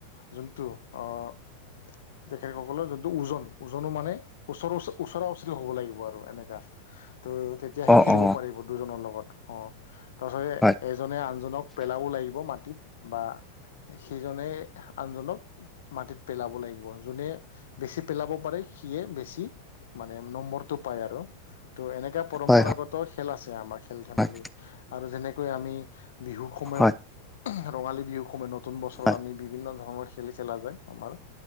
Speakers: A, on the left; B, in the centre.
A: যোনটো আহ তেখেতসকলৰ যোনটো ওজন, ওজনো মানে ওচৰও ওচৰা ওচৰি হ'ব লাগিব আৰু এনেককা ত তেতিয়াহে
B: অ
A: খেলিব
B: অ
A: পাৰিব দুজনৰ লগত অ', তাৰ পিছ
B: হয়
A: এজ জনে আনজনক পেলাব লাগিব মাটিত বা সেইজনে আনজনক মাটিত পেলাব লাগিব যোনে বেছি পেলাব পাৰে সিয়ে বেছি মানে নম্বৰটো পাই আৰু ত' এনেকাে পৰম্পৰাগত
B: হয়
A: খেল আছে আমাৰ খেল
B: হয়
A: ধেমালি। আৰু যেনেকৈ আমি বিহুৰ সময়ত
B: হয়
A: ৰঙালী বিহুৰ সময়ত নতুন বছৰত
B: হয়
A: আমি বিভিন্ন ধৰণৰ খেল খেলা যায় আমাৰ।